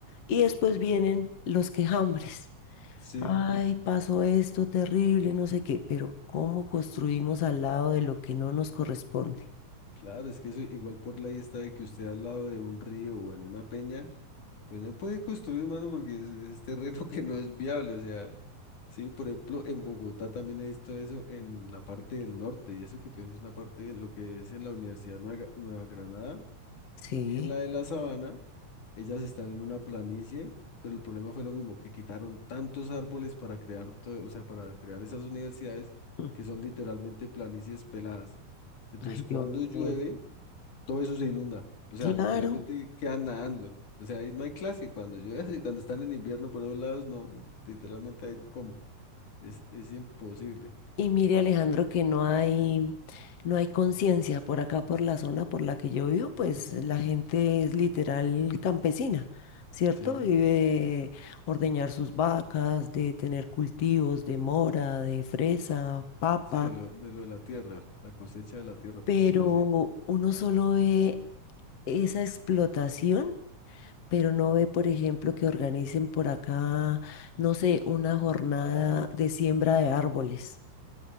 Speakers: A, on the left; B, on the left.
A: Y después vienen los quejambres.
B: sí.
A: Ay, pasó esto terrible, no sé qué, pero ¿cómo construimos al lado de lo que no nos corresponde?
B: Claro, es que eso igual por ley está de que usted al lado de un río o en una peña, pues no puede construir, mano, porque es, es terreno <laughs> que no es viable. O sea, sí, por ejemplo, en Bogotá también he visto eso en la parte del norte, y eso que pues es una parte en lo que es en la Universidad Nueva, Nueva Granada
A: Sí.
B: y en la de la Sabana, ellas están en una planicie, pero el problema fue lo mismo, que quitaron tantos árboles para crear todo, o sea, para crear esas universidades
A: Mm,
B: que son literalmente planicies peladas. Entonces,
A: Ay,
B: cuando
A: Dios
B: llueve,
A: mío.
B: todo eso se inunda. O sea,
A: Claro.
B: literalmente quedan nadando. O sea, ahí no hay clase. Cuando llueve, <laughs> cuando están en invierno por esos lados, no, literalmente hay como. Es, es imposible.
A: Y mire, Alejandro, que no hay, no hay conciencia por acá, por la zona por la que yo vivo, pues la gente es literal campesina, ¿cierto?
B: Sí,
A: Vive de ordeñar sus vacas, de tener cultivos de mora, de fresa, papa,
B: sí, de lo, de lo de la tierra, la cosecha de la tierra, por
A: pero
B: decirlo así.
A: uno solo ve esa explotación, pero no ve, por ejemplo, que organicen por acá, no sé, una jornada de siembra de árboles